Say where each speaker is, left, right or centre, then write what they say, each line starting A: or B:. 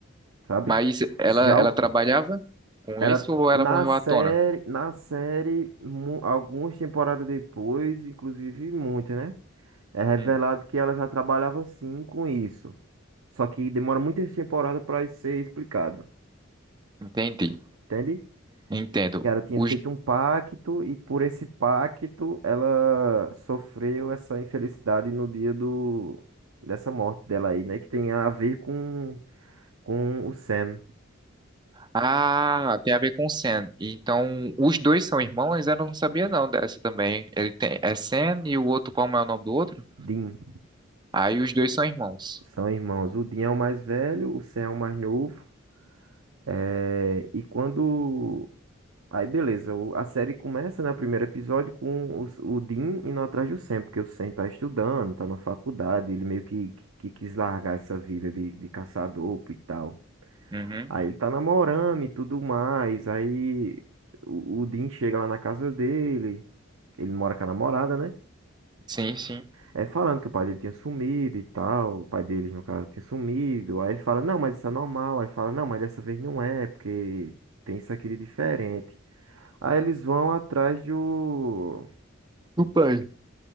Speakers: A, on the right; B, on the right.
A: sabe?
B: Mas ela,
A: Já
B: ela
A: o,
B: trabalhava com
A: era
B: isso ou
A: na
B: ela morreu
A: série,
B: à tona?
A: na série, mu- algumas temporadas depois, inclusive muito, né? É revelado
B: Hum,
A: que ela já trabalhava assim com isso. Só que demora muitas temporadas para isso ser explicado,
B: entendi,
A: entende?
B: entendo.
A: que ela tinha
B: Os
A: feito um pacto e por esse pacto ela sofreu essa infelicidade no dia do dessa morte dela aí, né? Que tem a ver com com o Sam,
B: Ah, tem a ver com Sen. Então, os dois são irmãos? Eu não sabia não dessa também. Ele tem, é Sen e o outro, como é o nome do outro?
A: Dean,
B: Aí os dois são irmãos.
A: são irmãos. O Dean é o mais velho, o Sam é o mais novo. É, e quando Aí beleza, o- a série começa, né, o primeiro episódio com o, o Dean indo atrás do Sam, porque o Sam tá estudando, tá na faculdade, ele meio que, que, que quis largar essa vida de, de caçador e tal.
B: Uhum.
A: Aí ele tá namorando e tudo mais. Aí o, o Dean chega lá na casa dele. Ele mora com a namorada, né?
B: Sim, sim.
A: É falando que o pai dele tinha sumido e tal. O pai deles, no caso, tinha sumido. Aí ele fala, não, mas isso é normal. Aí fala, não, mas dessa vez não é, porque tem isso aqui de diferente. Aí eles vão atrás do,
B: O pai.